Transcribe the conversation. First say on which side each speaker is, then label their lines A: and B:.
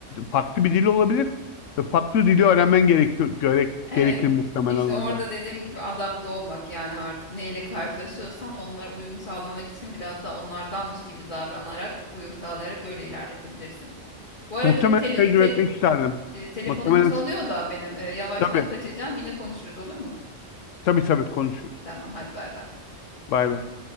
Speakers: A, on the left (about 80°); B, on the left (about 40°).
A: farklı bir dil olabilir ve farklı dili öğrenmen gerekiyor gerek,
B: Evet.
A: gerekir muhtemelen
B: İşte
A: orada.
B: orada dediğim gibi adapte olmak yani artık neyle karşılaşıyorsan onlara uyum sağlamak için biraz da onlardanmış gibi davranarak, uyum sağlayarak öyle ilerletebilirsin. Bu arada
A: Muhtemelen
B: bir tele-
A: tecrübe
B: te-
A: etmek isterdim.
B: e, telefonum
A: Muhtemelen
B: çalıyor da benim e, yavaştan
A: tabii
B: kaçacağım. Yine konuşuruz olur mu?
A: tabii tabii konuşuruz.
B: Tamam hadi bay bay.
A: Bay bay.